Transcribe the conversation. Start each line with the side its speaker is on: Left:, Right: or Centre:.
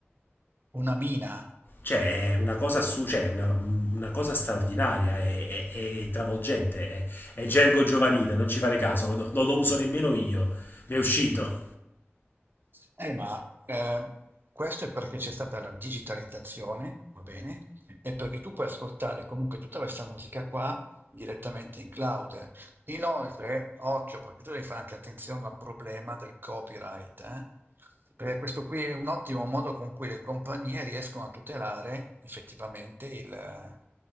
Right: una mina.
Left: Cioè, è una cosa, assu- cioè, una, una cosa straordinaria, è, è- è travolgente, è, è gergo giovanile, non ci fare caso, no- non lo uso nemmeno io, mi è uscito.
Right: Eh, ma ehm, questo è perché c'è stata la digitalizzazione, va bene? E perché tu puoi ascoltare comunque tutta questa musica qua direttamente in cloud. Inoltre, occhio, perché tu devi fare anche attenzione al problema del copyright, eh? Perché questo qui è un ottimo modo con cui le compagnie riescono a tutelare effettivamente il,